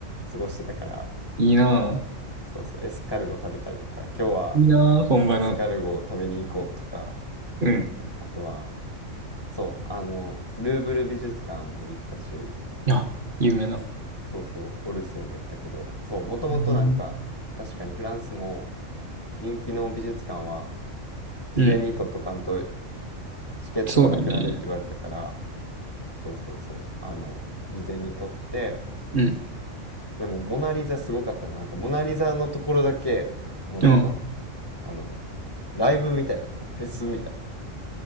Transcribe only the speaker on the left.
過ごしてたから
そうそうエスカルゴ食べたりとか今日は
エスカルゴを食べに行こうとか
あとはそうあのルーブル美術館も行ったし
そうそうオルセイも行ったけどそうもともとなんか確かにフランスも
人気の美術館は事前に取っとかんと
チケットがなくなるって言われたから
そうそうそうあの事前に取って
でも「モナ・リザ」すごかったななんか「モナ・リザ」のところだけもうなんか
あの、ライブみたいになってた。フェスみたいな。